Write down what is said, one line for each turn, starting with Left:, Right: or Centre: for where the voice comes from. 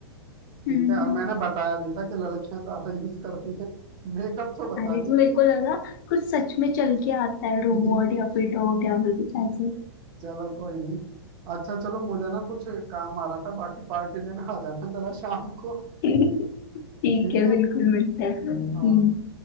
Right: ठीक
Left: हम्म
Right: है और
Left: हम्म
Right: मैंने बताया भी था कि लड़कियां ज्यादा यूज करती है मेकअप तो बता
Left: अरे
Right: दिया
Left: तो मेरे
Right: लेकिन
Left: को लगा कुछ सच में चल के आता है रोबोट
Right: <laughs>
Left: या फिर डॉग या फिर कुछ ऐसे
Right: चलो कोई नहीं अच्छा चलो मुझे ना कुछ काम आ रहा था बाकी पार्टी देने आ जाना जरा शाम को
Left: <laughs> ठीक
Right: ठीक
Left: है
Right: है
Left: बिल्कुल मिलता है हम्म
Right: हाँ